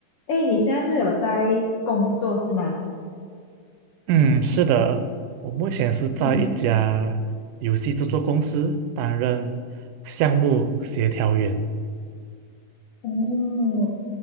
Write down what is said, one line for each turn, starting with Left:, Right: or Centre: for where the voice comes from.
Left: 哎，你现在是有在工作是吗？
Right: 嗯，是的，我目前是在一家游戏制作公司担任项目协调员。
Left: 嗯，哦，